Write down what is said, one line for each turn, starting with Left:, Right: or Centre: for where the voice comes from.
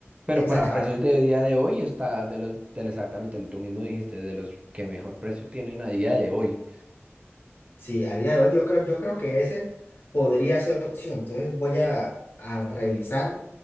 Right: Pero
Left: exagerado.
Right: para precios de día de hoy está de los, del exactamente lo tú mismo dijiste, de los que mejor precio tienen a día de hoy.
Left: Sí, a día de hoy yo creo, yo creo que ese podría ser una opción. Entonces voy a, a revisar